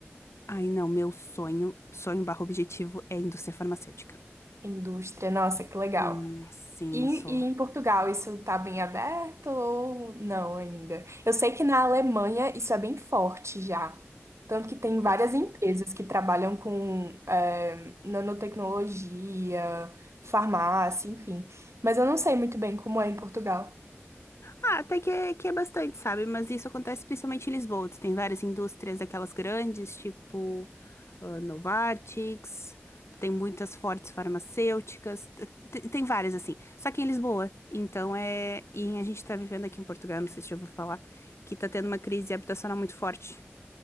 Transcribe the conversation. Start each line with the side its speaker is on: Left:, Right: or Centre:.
Left: Ai, não, meu sonho, sonho barra objetivo é indústria farmacêutica.
Right: Indústria, nossa, que legal.
Left: Hum, sim,
Right: E,
Left: sou.
Right: e em Portugal, isso tá bem aberto ou não ainda? Eu sei que na Alemanha isso é bem forte já. Tanto que tem
Left: Pois
Right: várias empresas que trabalham com eh, nanotecnologia, farmácia, enfim. Mas eu não sei muito bem como é em Portugal.
Left: Ah, até que é, que é bastante, sabe? Mas isso acontece principalmente em Lisboa. Tu tem várias indústrias daquelas grandes, tipo ah, Novartis, tem muitas fortes farmacêuticas, te- te- tem várias assim. Só que em Lisboa. Então é. E a gente tá vivendo aqui em Portugal, não sei se já ouviu falar, que tá tendo uma crise habitacional muito forte.